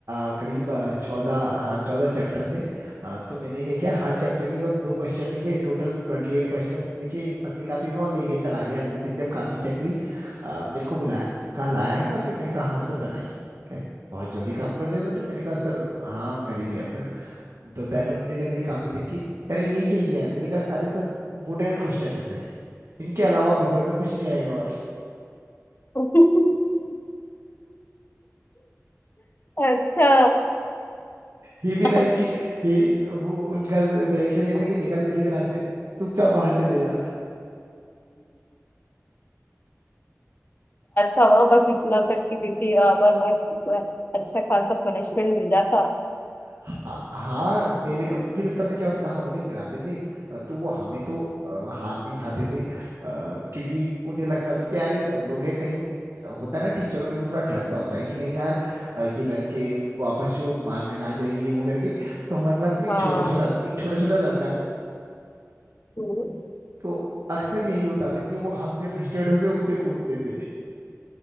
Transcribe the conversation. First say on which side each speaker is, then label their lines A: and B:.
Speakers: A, on the right (about 65°); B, on the left (about 40°).
A: अ, करीब चौदह हाँ चौदह चैप्टर थे अ, तो मैंने क्या किया हर चैप्टर के केवल दो क्वेश्चन लिखे टोटल ट्वेंटी एट क्वेश्चन लिखे एक पतली कापी में और लेके चला गया अगले दिन जब कापी चेक हुई अ, मेरे को बुलाया कहा लाया है कापी मैंने कहा हाँ सर बनाइए कहे, बहुत जल्दी काम कर दिया तूने मैंने कहा सर हाँ कर ही दिया फिर तो देन उन्होंने जब मेरी कापी चेक की कह रहे ये क्या ये है मैंने कहा सारे सर इंपोर्टेंट क्वेश्चन है इनके अलावा पेपर में कुछ नहीं आएगा और
B: <laughs> अच्छा
A: ही भी
B: अच्छा
A: लाइक कि he- वो उनका रिएक्शन ये था कि निकल मेरी क्लास से चुपचाप बाहर चले जा
B: हुआ बस इतना तक की थी वरना अच्छा खासा पनिशमेंट मिल जाता
A: हाँ हाँ, मेरे अब फिर पता क्या होता था हम उन्हें चिढ़ाते थे अ, तो वो हमें तो अ, हाथ नहीं उठाते थे अ, क्योंकि उन्हें लगता था कि यार ये सब लोग हैं कहीं अ, होता है ना टीचरों में भी थोड़ा डर सा होता है कि कहीं यार अ, ये लड़के वापस जो मारने ना जाए ये वो करके तो हमारे क्लास में एक
B: हाँ
A: छोटा छोटा एक छोटा छोटा लड़का था
B: हम्म।
A: तो अक्सर यही होता था कि वो हमसे फ्रस्ट्रेट होके उसे कूटते थे